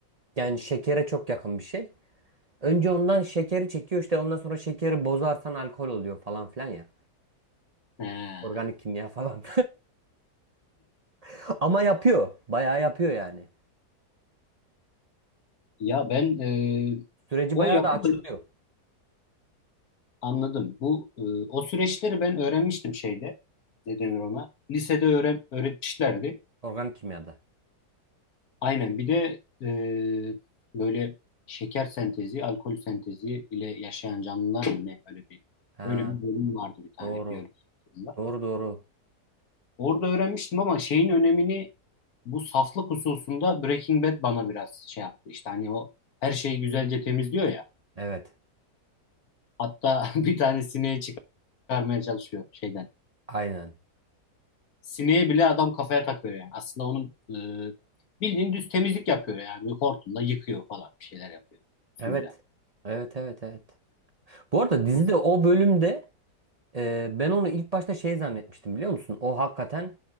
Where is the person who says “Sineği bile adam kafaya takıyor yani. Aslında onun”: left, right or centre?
Left